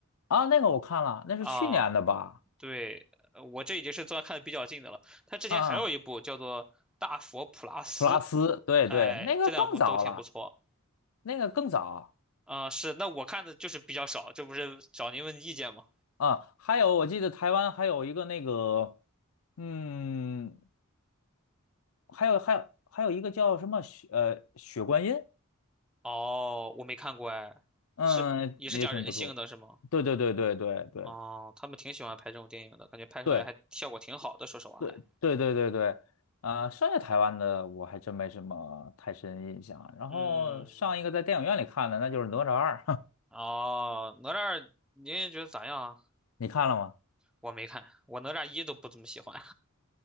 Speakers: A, on the left; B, in the centre.
A: 啊，那个我看了，那是去年的吧？
B: 啊，对，呃我这已经是算看的比较近的了。他之前还有一部叫做《大佛普拉斯》，
A: 嗯，普拉斯，对对，
B: 哎，
A: 那个更早了，
B: 这两部都挺不错。
A: 那个更早
B: 啊、是，那我看的就是比较少，这不是找您问意见吗？
A: 啊。还有，我记得台湾还有一个那个，嗯，还有还有还有一个叫什么雪呃雪观音，
B: 哦，我没看过哎，
A: 嗯，
B: 是也是讲人性的是吗？
A: 也挺不错。对对对对对对。
B: 哦，他们挺喜欢拍这种电影的，感觉拍出来还效果挺好的，
A: 对
B: 说实话还。
A: 对对对对对，呃，剩下台湾的我还真没什么太深印象啊。然后上一个在电影院里看的，
B: 嗯，
A: 那就是《哪吒二》，
B: 哦，哪吒二您觉得咋样啊？
A: <laughs> 你看了吗？
B: 我没看，我哪吒一都不怎么喜欢，